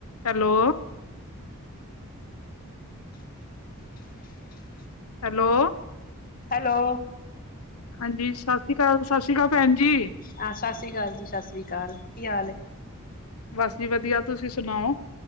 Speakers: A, on the left; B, on the left.
A: Hello
B: <inaudible>
A: hello
B: hello
A: ਹਾਂਜੀ, ਸਾਸ੍ਰੀ ਕਾਲ, ਸਾਸੀ ਕਾਲ ਭੈਨ ਜੀ।
B: ਆ, ਸਾਸ੍ਰੀ ਕਾਲ ਜੀ, ਸਾਸ੍ਰੀ ਕਾਲ ਕੀ ਹਾਲੈ ਐ?
A: ਬਸ ਜੀ ਵਦੀਆ, ਤੁਸੀ ਸੁਨਾਓ?